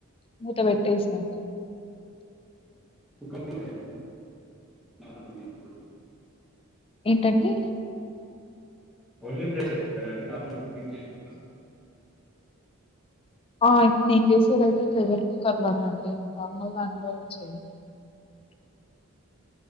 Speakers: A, on the left; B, in the centre.
A: మూత పెట్టేసినంక
B: కుక్కర్ లోనే చేయాల అండి నార్మల్ గా చేయకుడదా
A: ఏంటండి
B: ఓన్లీ ప్రెషర్ కుక్కరా అండి నార్మల్ కుకింగ్ చేయకుడదా
A: ఆ ఇ నేను చేసేదైతే ప్రెషర్ కుక్కర్ లోనే అండి నార్మల్ దాంట్లో చేయను